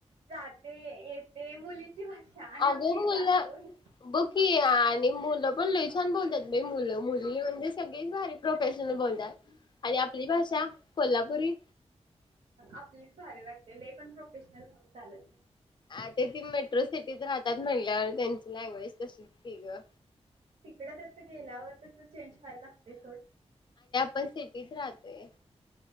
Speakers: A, on the right; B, on the left.
A: जाते येते. मुली- ती भाषा आणि
B: अगं
A: आपली
B: मुलं
A: जातो येतो-
B: बघ की आणि मुलं पण लई छान बोलतात बाई मुलं मुली एवढे सगळी भारी प्रोफेशनल बोलतात आणि आपली भाषा कोल्हापुरी-
A: आपलीच भारी वाटते. लई पण प्रोफेशनल भारी चालत नाही.
B: आता ती मेट्रो सिटीत राहतात म्हटल्यावर- त्यांची लँग्वेज तशीच कि ग.
A: तिकडं जस गेल्यावर तस- चेंज व्हायला लागतय सोड.
B: पण सिटीत राहतोय.